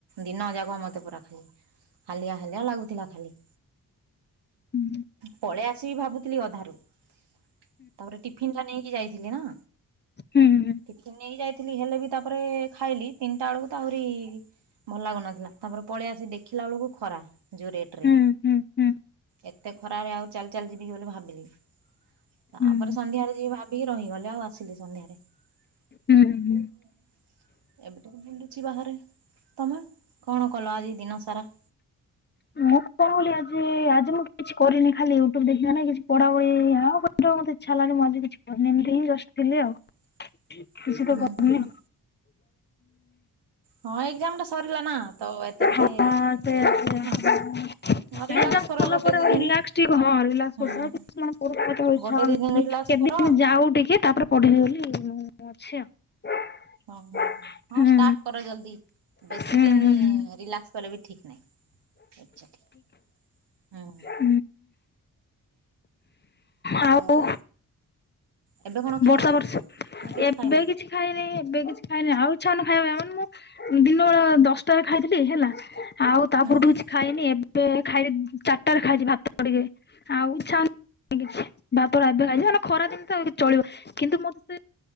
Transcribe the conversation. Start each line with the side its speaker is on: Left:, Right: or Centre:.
Right: ଦିନ ଯାକ ମତେ ପୁରା ଖାଲି ହାଲିଆ ହାଲିଆ ଲାଗୁଥିଲା ଖାଲି।
Left: ହୁଁ
Right: ପଳେଇ ଆସିବି ଭାବୁଥିଲି ଅଧାରୁ। ତାପରେ ଟିଫିନ୍ ଟା ନେଇକି ଯାଇଥିଲି ନା।
Left: ହୁଁ ହୁଁ।
Right: ଟିଫିନ୍ ନେଇକି ଯାଇଥିଲି ହେଲେ ବି ତାପରେ ଖାଇଲି ତିନିଟା ବେଳକୁ ଆହୁରି ଭଲ ଲାଗୁନଥିଲା ତାପରେ ପଳେଇ ଆସି ଦେଖିଲା ବେଳକୁ ଖରା ଯୋଉ ରେଟ ରେ।
Left: ହୁଁ ହୁଁ ହୁଁ ହୁଁ
Right: ଏତେ ଖରାରେ ଆଉ ଚାଲି ଚାଲି ଯିବି ବୋଲି ଭାବିଲି। ତାପରେ
Left: ହୁଁ
Right: ସନ୍ଧ୍ୟାରେ ଯିବି ବୋଲି ଭାବିକି ରହିଗଲି ଆଉ ଆସିଲି ସନ୍ଧ୍ୟାରେ। <inaudible>
Left: ହୁଁ ହୁଁ
Right: ଏବେ ଟିକେ ବୁଲୁଚି ବାହାରେ ତମେ କଣ କଲ ଆଜି ଦିନସାରା?
Left: ମୁଁ କଣ ବୋଲି ଆଜି ଆଜି ମୁଁ କିଛି କରିନି ଖାଲି ୟୁଟ୍ୟୁବ ଦେଖି ନାଇଁ କିଛି ପଢାପଢି ଆ ମତେ ଇଚ୍ଛା ହେଲାନି ମୁଁ ଆଜି କିଛି କରିନି ଏମିତି ହିଁ ଜଷ୍ଟ୍ ଥିଲି ଆଉ।
Right: <inaudible>
Left: କିଛି ତ
Right: ହୁଁ
Left: କରିନି
Right: ହୁଁ ହୁଁ ହଁ ଏକ୍ଜାମ ଟା ସରିଲା ନା ତ ଏତେ ଟିକେ
Left: ହଁ
Right: ଇଏ
Left: ସେଇଆ
Right: ଲାଗୁନଥିବ
Left: ସେଇଆ।
Right: ନା। ହଁ
Left: <inaudible>
Right: ରିଲାକ୍ସ କର ଗୋଟେ
Left: <unintelligible>
Right: ଦି ଦିନ
Left: ଯାଉ
Right: ହୁଁ
Left: ଟିକେ ତାପରେ
Right: ଗୋଟେ ଦି ଦିନ
Left: ପଢିବି
Right: ରିଲାକ୍ସ କର
Left: ବୋଲି ମୁଁ ଅଛି ଆଉ।
Right: ଓ ହଁ ହଁ ହଁ
Left: ହୁଁ
Right: ଷ୍ଟାର୍ଟ କର ଜଲଦି। ବେଶି
Left: ହୁଁ
Right: ଦିନ୍
Left: ହୁଁ ହୁଁ
Right: ରିଲାକ୍ସ କଲେ ବି ଠିକ୍ ନାହିଁ। ହୁଁ।
Left: ଉଁ ଆଉ
Right: ସେଇଆ ତ ଏବେ କଣ ଖାଇଛ
Left: ବର୍ଷା ବର୍ଷି
Right: ନା କିଛି
Left: ଏବେ
Right: ଖାଇନ?
Left: କିଛି ଖାଇନି ଏବେ କିଛି ଖାଇନି ଆଉ ଇଚ୍ଛା ହଉନି ଖାଇବା ପାଇଁ ମାନେ ମୁଁ ଦିନ ବେଳେ ଦଶଟାରେ ଖାଇଥିଲି ହେଲା ଆଉ ତାପରଠୁ
Right: ହୁଁ ହୁଁ
Left: କିଛି ଖାଇନି ଏବେ ଖାଇଚି ଚାରିଟାରେ ଖାଇଚି ଭାତ ଟିକେ ଆଉ ଇଚ୍ଛା ହଉନି କିଛି ଭାତଟା ଏବେ ଖାଇଚି ମାନେ ଖରାଦିନ ତ ଆଉ ଚଳିବ କିନ୍ତୁ ମତେ